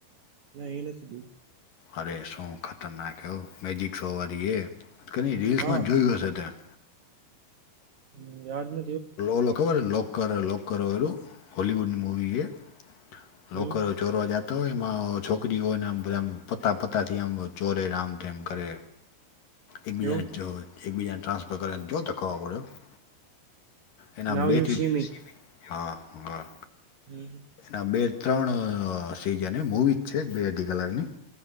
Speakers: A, on the right (about 65°); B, on the left (about 55°).
A: ના એ નથી જોયી.
B: અરે શું ખતરનાક એવું મેજિક શો વાળી એ કદી રીલ્સ
A: હા
B: માં જોયું હશે ત્યા.
A: હમમ યાદ નથ
B: ઓલો ખબર લોક કર લોક કર વાળું હોલીવુડ મૂવી છે. લોક
A: હમ
B: કર ચોરવા જાતા હોય એમાં છોકરીઓ ને આમ બધા આમ પતા પતાથી આમ ચોરે આમતેમ કરે. એકબીજાને
A: એવું
B: જો એકબીજાને ટ્રાન્સફર કરે જો તો ખબર પડે એવુ. એના
A: નાવ
B: બેથી
A: યુ સી
B: હા હા.
A: હમમ.
B: અ બે ત્રણ સિઝન એ મૂવી જ છે બે અઢી કલાકની